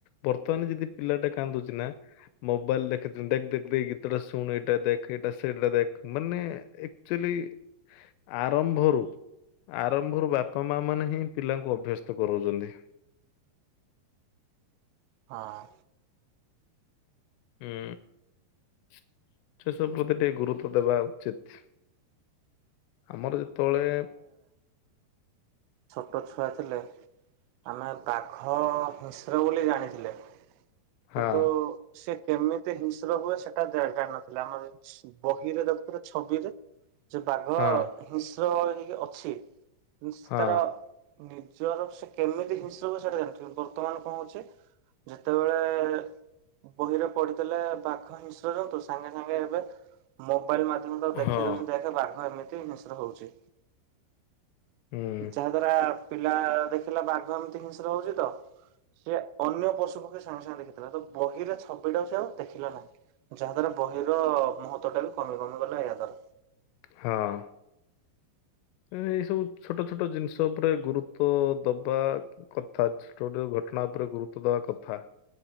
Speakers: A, on the left (about 85°); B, on the right (about 85°).
A: ବର୍ତ୍ତମାନ ଯଦି ପିଲାଟା କାନ୍ଦୁଚି ନା ମୋବାଇଲ୍ ଦେଖଇ ଦିଅନ୍ତି ଦେଖେ ଦେଖେ ତୁ ଏଇ ଗୀତ ଟା ଶୁଣୁ ଏଇଟା ଦେଖେ ଏଇଟା ସେଇଟା ଦେଖେ ମାନେ ଆକଚ୍ୟୁଲି ଆରମ୍ଭରୁ ଆରମ୍ଭରୁ ବାପା ମା ମାନେ ହିଁ ପିଲାଙ୍କୁ ଅଭ୍ୟସ୍ତ କରାଉଚନ୍ତି।
B: ହଁ।
A: ହୁଁ ସେ ସବୁ ପ୍ରତି ଟିକେ ଗୁରୁତ୍ୱ ଦେବା ଉଚିତ୍। ଆମର ଯେତେବେଳେ
B: ଛୋଟ ଛୁଆ ଥିଲେ ଆମେ ବାଘ ହଁ ହିଂସ୍ର ବୋଲି ଜାଣିଥିଲେ
A: ହଁ
B: କିନ୍ତୁ ସେ କେମିତି ହିଂସ୍ର ହୁଏ ସେଟା ଜା ଜାଣିନଥିଲେ ଆମର ବହିରେ ଦେଖୁଥିଲେ ଛବିରେ। ଯୋଉ ବାଘ
A: ହଁ
B: ହିଂସ୍ର ଅଛି
A: ହଁ
B: ତାର ନିଜର ସେ କେମିତି ହିଂସ୍ର ହୁଏ ସେଟା ଜାଣିଥିବେ ବର୍ତ୍ତମାନ କଣ ହଉଛି ଯେତେବେଳେ ବହିରେ ପଢ଼ିଥିଲେ ବାଘ ହିଂସ୍ର ଜନ୍ତୁ ସାଙ୍ଗେ ସାଙ୍ଗେ ଏବେ ମୋବାଇଲ ମାଧ୍ୟମରେ ତାକୁ ଦେଖେଇ
A: ହଁ
B: ଦଉଛନ୍ତି ଦେଖ ବାଘ ଏମିତି ହିଂସ୍ର ହଉଚି।
A: ହୁଁ
B: ଯାହା ଦ୍ଵାରା ପିଲା ଦେଖିଲା ବାଘ ଏମିତି ହିଂସ୍ର ହଉଛି ତ। ସେ ଅନ୍ୟ ପଶୁ ପକ୍ଷୀ ସାଙ୍ଗେ ସାଙ୍ଗେ ଦେଖିଦେଲା ତ ବହିରେ ଛବିଟାକୁ ସେ ଆଉ ଦେଖିଲା ନାହିଁ। ଯାହା ଦ୍ଵାରା ବହି ର ମହତ୍ଵ ଟା ବି କମି କମି ଗଲା ଏହା ଦ୍ବାରା।
A: ହଁ। ମାନେ ଏଇ ସବୁ ଛୋଟ ଛୋଟ ଜିନିଷ ଉପରେ ଗୁରୁତ୍ଵ ଦବା କଥା ଛୋଟ ଛୋଟ ଘଟଣା ଉପରେ ଗୁରୁତ୍ବ ଦବା କଥା।